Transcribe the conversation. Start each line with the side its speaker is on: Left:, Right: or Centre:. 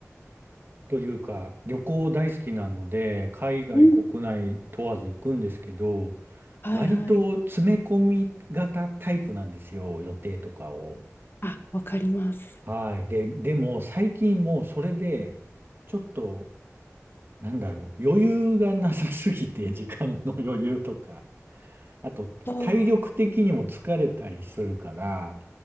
Right: というか、旅行大好きなので、海外、
Left: うん、
Right: 国内問わず行くんですけど、
Left: はいはい。
Right: 割と詰め込み型タイプなんですよ、予定とかを。
Left: あ、わかります。
Right: はい。で、でも最近もうそれで、ちょっと、なんだろう、余裕がなさすぎて、時間の余裕とか。あと、
Left: そう
Right: 体力的にも疲れたりするから、